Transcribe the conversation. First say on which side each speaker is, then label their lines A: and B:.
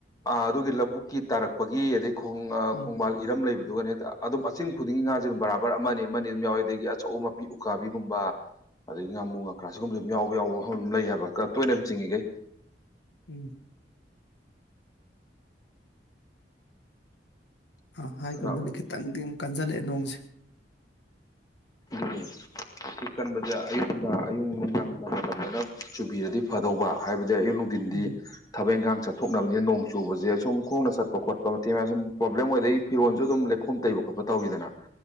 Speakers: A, on the left (about 20°); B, on the left (about 80°).
A: ꯑꯥ ꯑꯗꯨꯒꯤ ꯂꯧꯕꯨꯛꯀꯤ ꯇꯥꯔꯛꯄꯒꯤ ꯑꯗꯩ ꯈꯣꯡ ꯑ
B: ꯎꯝ
A: ꯈꯣꯡꯕꯥꯜ ꯏꯔꯝ ꯂꯩꯕ ꯑꯗꯨꯒꯅꯦ ꯍꯦꯛꯇ ꯑꯗꯨꯝ ꯑꯆꯤꯟ ꯈꯨꯗꯤꯡꯒꯤ ꯉꯥꯖꯦ ꯑꯗꯨꯝ ꯕꯔꯥꯕꯔ ꯑꯃꯅꯤ ꯑꯃꯅꯤ ꯑꯗꯨꯝ ꯌꯥꯎꯋꯦ ꯑꯗꯒꯤ ꯑꯆꯧꯕ ꯃꯄꯤ ꯎꯀꯥꯕꯤꯒꯨꯝꯕ ꯑꯗꯒꯤ ꯉꯥꯃꯨ ꯉꯥꯀ꯭ꯔꯥ ꯁꯤꯒꯨꯝꯕꯁꯨ ꯑꯗꯨꯝ ꯌꯥꯎꯕ ꯌꯥꯎꯕ ꯃꯐꯝ ꯑꯗꯨꯝ ꯂꯩ ꯍꯥꯏꯕ ꯈ ꯇꯣꯏꯅ ꯑꯗꯨꯝ ꯆꯤꯡꯉꯤꯈꯩ
B: ꯎꯝ ꯑ ꯍꯥꯏꯒꯨꯝꯗꯅ
A: ꯀꯅꯥ
B: ꯈꯤꯇꯪꯗꯤ ꯑꯃꯨꯛ ꯀꯟꯖꯜꯂꯛꯑꯦ ꯅꯣꯡꯁꯦ
A: ꯑꯗꯨꯅꯤ ꯁꯤ ꯀꯟꯕꯖꯦ ꯑꯌꯨꯨꯛ ꯅꯨꯡꯗꯥꯡ ꯑꯌꯨꯛ ꯅꯨꯡꯗꯥꯡ ꯅꯨꯡꯗꯥꯡ ꯃꯇꯝꯗꯅ ꯆꯨꯕꯤꯔꯗꯤ ꯐꯗꯧꯕ ꯍꯥꯏꯕ ꯖꯦ ꯑꯌꯨꯛ ꯅꯨꯡꯗꯤꯟꯗꯤ
B: ꯎꯝ
A: ꯊꯕꯛ ꯏꯟꯒꯥꯡ ꯆꯠꯊꯣꯛꯅꯕꯅꯤꯅ ꯅꯣꯡ ꯆꯨꯕꯖꯦ ꯁꯨꯝ ꯈꯣꯡꯅ ꯆꯠꯄ ꯈꯣꯠꯄ ꯃꯇꯦꯛ ꯃꯌꯥꯝ ꯁꯨꯝ ꯄ꯭ꯔꯣꯕ꯭ꯂꯦꯝ ꯑꯣꯏ ꯑꯗꯩ ꯐꯤꯔꯣꯟꯁꯨ ꯑꯗꯨꯝ ꯂꯩꯈꯣꯝ ꯇꯩꯕ ꯈꯣꯠꯄ ꯇꯧꯋꯤꯗꯅ